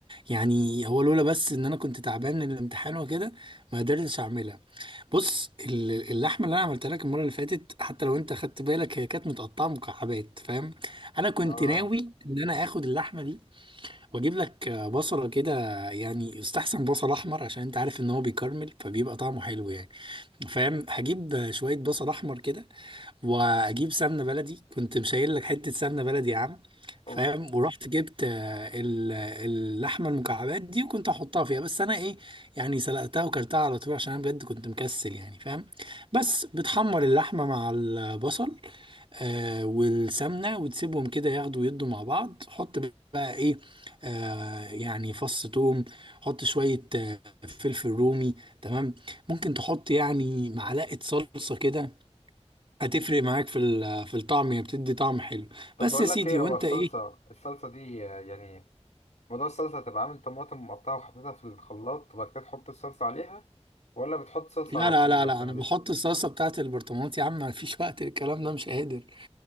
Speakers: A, on the right (about 50°); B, on the left (about 85°).
A: يعني هو لولا بس إن أنا كنت تعبان من الامتحان وكده ما قدرتش أعملها بص ال- اللحمة اللي أنا عملتها لك المرة اللي فاتت حتى لو أنت خدت بالك هي كانت متقطعة مكعبات فاهم أنا كنت
B: اه
A: ناوي إن أنا آخد اللحمة دي واجيب لك بصلة كده يعني يستحسن بصل احمر عشان انت عارف ان هو بيكرمل فبيبقى طعمه حلو يعني فاهم هجيب شوية بصل احمر كده واجيب سمنة بلدي كنت مشايل لك حتة سمنة بلدي يا عم
B: اوف
A: فاهم ورحت جبت آه، ال- اللحمة المكعبات دي وكنت هحطها فيها بس انا ايه يعني سلقتها وكلتها على طول عشان انا بجد كنت مكسل يعني فاهم بس بتحمر اللحمة مع البصل آه والسمنه وتسيبهم كده ياخدوا ويدوا مع بعض حط بقى ايه آه يعني فص توم حط شويه آه فلفل رومي تمام ممكن تحط يعني معلقه صلصه كده هتفرق معاك في ال- في الطعم هي بتدي طعم حلو
B: طب
A: بس
B: بقول
A: يا سيدي
B: لك ايه
A: وانت
B: هو الصلصة
A: ايه
B: الصلصة دي آه، يعني موضوع الصلصة هتبقى عامل طماطم مقطعة وحطيتها في الخلاط وبعد كده تحط الصلصة عليها ولا بتحط صلصة
A: لا
B: على
A: لا
B: طول
A: لا
B: ولا
A: لا
B: بتعمل
A: انا بحط
B: ايه؟
A: الصلصه بتاعت البرطمانات يا عم مفيش وقت الكلام ده مش قادر